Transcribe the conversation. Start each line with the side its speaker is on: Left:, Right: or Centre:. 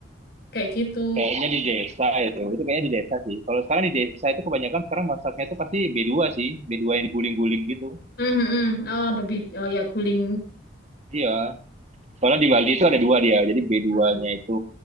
Left: kayak gitu.
Right: Kayaknya di desa itu, itu kayaknya di desa sih. Kalau sekarang di desa itu kebanyakan sekarang masaknya itu pasti b dua sih, b dua yang diguling-guling gitu.
Left: Hmm, hmm, hmm. Oh, babi. Oh ya, guling.
Right: Iya, soalnya di Bali itu ada dua dia, jadi B2-nya
Left: Hmm.
Right: itu